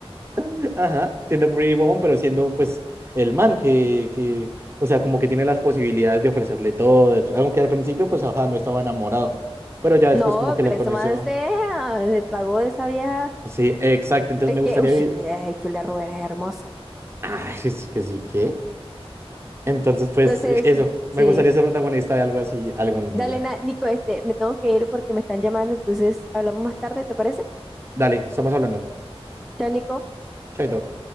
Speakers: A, on the right (about 25°); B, in the centre.
A: <laughs> Ajá, siendo Pretty Woman, pero siendo pues el man que, que, o sea, como que tiene las posibilidades de ofrecerle todo. Aunque al principio pues, ajá, no estaba enamorado. Pero ya después
B: No,
A: como que
B: pero
A: la
B: ese
A: conoció.
B: man se, ah, se tragó de esa vieja.
A: Sí, exacto. Entonces
B: Es
A: me
B: que,
A: gustaría
B: uy,
A: vivir.
B: ay, Julia Roberts es hermosa.
A: Ah, <laughs> es que sí, ¿qué? Entonces pues
B: Entonces,
A: e- eso,
B: sí.
A: me gustaría ser protagonista de algo así algún
B: Dale,
A: día.
B: na- Nico, este, me tengo que ir porque me están llamando, entonces hablamos más tarde, ¿te parece?
A: Dale, estamos hablando.
B: Chao, Nico.
A: Chaito.